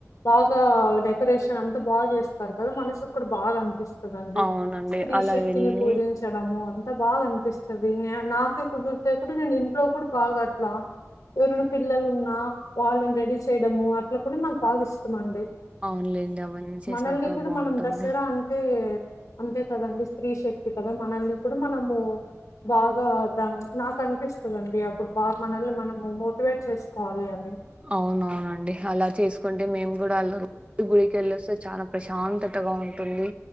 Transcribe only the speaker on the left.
బాగా డెకరేషన్ అంతా బాగ చేస్తారు కదా మనసక్కడ బా అనిపిస్త స్తుంది
స్త్రీ
శక్తిని
పూజించడము అంత బాగ అనిపిస్తది న నాకే కుదిరితే కూడా నేను ఇంట్లో కూడ బాగ అట్లా ఎవరైన పిల్లలు ఉన్నా వాళ్ళని రెడీ చేయడము అట్ల కూడ నాకు బాగ ఇష్టం అండి
మనల్ని
కూడ
మనం దసరా అంటే అంతే కదండి స్త్రీ శక్తి కదా మనల్ని కూడ మనము బాగా నాకు అనిపిస్తదండి అప్పుడు బా మనల్ని మనము మోటివేట్ చేసుకోవాలి అని